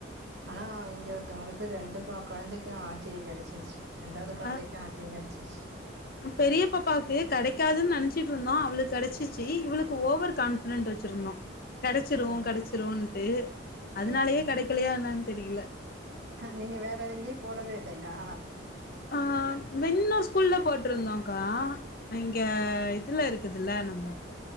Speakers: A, on the right (about 60°); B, on the left (about 50°).
A: ஆனா இங்க ஒருத்தவங்களுக்கு ரெண்டு ப கொழந்தைக்கு ஆர்டிவி கடச்சிருச்சு ரெண்டாவது கொழந்தைக்கு
B: அ
A: ஆர்ட்டியே கடடுச்சு
B: பெரிய பாப்பாவுக்கு கடைக்காதுன்னு நனச்சிட்டுருந்தோ அவளுக்கு கடச்சிச்சு இவளுக்கு ஓவர் கான்பிடன்ட் வச்சிருந்தோ கடச்சிரு
A: ம்,
B: கடச்சிருன்டு அதனாலேயே
A: ம், ம்.
B: கடக்க இல்லயா என்னான்னு தெரில
A: நீங்க வேற எங்கயு போடவே இல்லயா
B: ஆ வின்னர் ஸ்கூல்ல போட்ருந்தோன்கா இங்க இதுல இருக்குதுல்ல நம்ம